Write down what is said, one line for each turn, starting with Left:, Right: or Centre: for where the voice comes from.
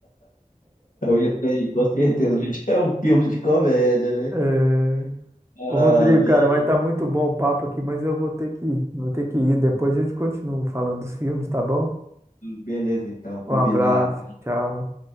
Left: Então, isso aí, com certeza, <laughs> é um filme de comédia, né?
Right: É...
Left: Ah,
Right: Ô Rodrigo,
Left: le-
Right: cara, mas tá muito bom o papo aqui, mas eu vou ter que, vou ter que ir. Depois a gente continua falando dos filmes, tá bom?
Left: beleza, então, combinado.
Right: Um abraço, tchau.